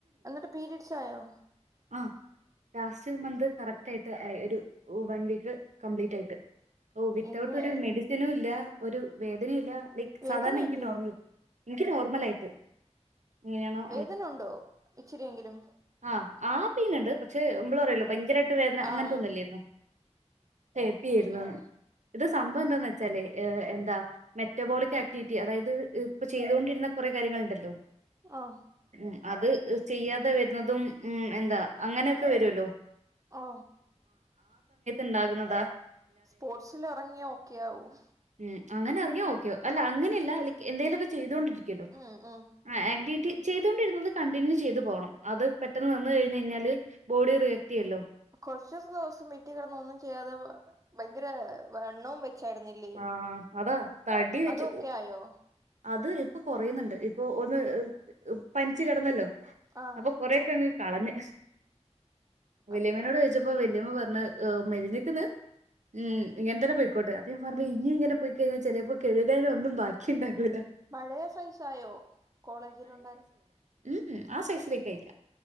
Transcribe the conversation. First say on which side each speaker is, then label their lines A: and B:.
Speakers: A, on the right (about 30°); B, on the right (about 85°).
A: എന്നിട്ട് പീരിയഡ്സ് ആയോ
B: ആഹ് ലാസ്റ്റ് മന്ത്‌ കറക്റ്റ് ആയിട്ട് ഒരു വൺ വീക്ക് കംപ്ലീറ്റ് ആയിട്ട് ഓഹ് വിത്ത്ഔട്ട്
A: ഇനി
B: ഒരു മെഡിസിനും ഇല്ല ഒരു വേദനയും ഇല്ല ലൈക്ക്
A: വേദന
B: സാധാരണ എനിക്ക്
A: ഇല്ലേ
B: നോർമൽ എനിക്ക് നോർമൽ ആയിട്ട് എങ്ങനെയാണോ
A: വേദന ഉണ്ടോ ഇച്ചിരിയെങ്കിലും
B: ആഹ് ആ പെയിനുണ്ട് പക്ഷേ നമ്മള് പറയില്ലേ ഭയങ്കരമായിട്ട് വേദന
A: ആഹ്
B: അങ്ങനത്തെ ഒന്നും ഇല്ലാരുന്നു ഹേപ്പിരുന്നു
A: ഉം ഉം
B: ഇത് സംഭവം എന്താന്ന് വെച്ചാലേ ഏഹ് എന്താ മെറ്റാബോളിക് ആക്ടിവിറ്റി അതായത് ഇപ്പൊ ചെയ്തൊണ്ടിരുന്ന കുറേ കാര്യങ്ങൾ ഉണ്ടല്ലോ
A: ആഹ്
B: ഉമ് അത് ചെയ്യാതെ വരുന്നതും ഉമ് എന്താ അങ്ങനൊക്കെ വരുവല്ലോ
A: ഓ
B: ഉണ്ടാകുന്നതാ
A: സ്പോർട്സിൽ ഇറങ്ങിയാ ഒക്കെയാവും
B: ഉമ് അങ്ങനെ ഇറങ്ങിയാ ഓക്കെ അല്ല അങ്ങനെയല്ല എന്തേലുമൊക്കെ ചെയ്തോണ്ടിരിക്കുമല്ലോ
A: ഉം ഉം
B: ആഹ് ആക്ടിവിറ്റി ചെയ്തുകൊണ്ടിരുന്നത് കണ്ടിന്യൂ ചെയ്ത് പോണം അത് പെട്ടെന്ന് നിന്ന് കഴിഞ്ഞാല് ബോഡി റിയാക് കിട്ടിയല്ലോ
A: കുറച്ചു ദിവസം വീട്ടിൽ കിടന്ന് ഒന്നും ചെയ്യാതെ ഭയങ്കര വണ്ണവും ച്ചാട്ന്നില്ലേ
B: ആഹ് അതാ തടി വെച്ച്
A: അതൊക്കെ ആയോ
B: അത് ഇപ്പൊ കൊറയുന്നുണ്ട് ഇപ്പൊ ഒന്ന് പനിച്ച് കിടന്നല്ലോ
A: ആഹ്
B: അപ്പൊ കൊറെ ങും കളഞ്ഞ് വല്യമനോട്ചോദി
A: ഓക്കെ
B: ഇതിപ്പ വെല്ലിമ്മ പറഞ്ഞ് മെലിഞ്ക്ക്ണ് ഉ ഇങ്ങനെ തന്നെ പോയിക്കോട്ടെ അപ്പൊ ഞാൻ പറഞ് ഇനി ഇങ്ങനെ പോയിക്കഴിഞ്ഞാൽ ചിലപ്പോ കെഴുകലൊ ഒന്നും ബാക്കി ഉണ്ടാകൂല്ല
A: പഴയ സൈസായോ കോളേജിൽ ഉണ്ടാ യി
B: ഉംഉം ആ സൈസ് റിക്കയില്ല